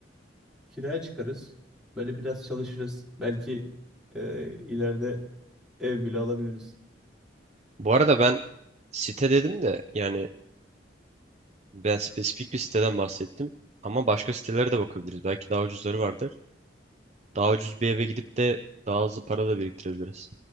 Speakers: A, in the centre; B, on the right.
A: kiraya çıkarız. Böyle biraz çalışırız. Belki e, ileride ev bile alabiliriz.
B: Bu arada ben site dedim de yani ben spesifik bir siteden bahsettim. Ama başka sitelere de bakabiliriz. Belki daha ucuzları vardır. Daha ucuz bir eve gidip de daha hızlı para da biriktirebiliriz.